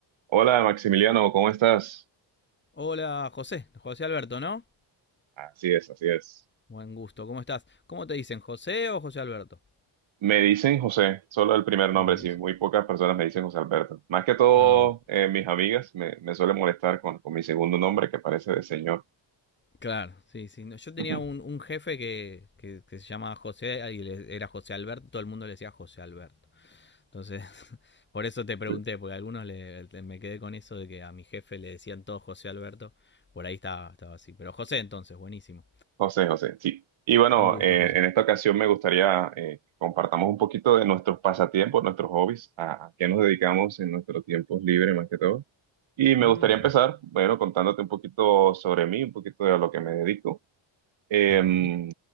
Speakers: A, on the right; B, on the left.
A: Hola Maximiliano, ¿cómo estás?
B: Hola, José. José Alberto, ¿no?
A: Así es, así es.
B: Buen gusto, ¿cómo estás? ¿Cómo te dicen, José o José Alberto?
A: Me dicen José, solo el primer nombre,
B: Buenísimo.
A: sí, muy pocas personas me dicen José Alberto. Más que todo,
B: Ah, bu-
A: eh, mis amigas me, me suelen molestar con, con mi segundo nombre que parece de señor.
B: claro, sí, sí. No, Yo tenía
A: <laughs>
B: un, un jefe que, que, que se llamaba José y le- era José Alberto, todo el mundo le decía José Alberto. Entonces, <laughs> por eso te pregunté,
A: Sí,
B: porque a algunos le, le- me quedé con eso de que a mi jefe le decían todo José Alberto. Por ahí estaba, estaba así. Pero José entonces, buenísimo.
A: José, José, sí. Y bueno,
B: Un gusto,
A: eh,
B: José.
A: en esta ocasión me gustaría eh, compartamos un poquito de nuestros pasatiempos, nuestros hobbies, a, a qué nos dedicamos en nuestro tiempo libre más que todo. Y me
B: Mm,
A: gustaría empezar,
B: ah,
A: bueno, contándote un poquito sobre mí, un poquito de lo que me dedico. Em,
B: ok.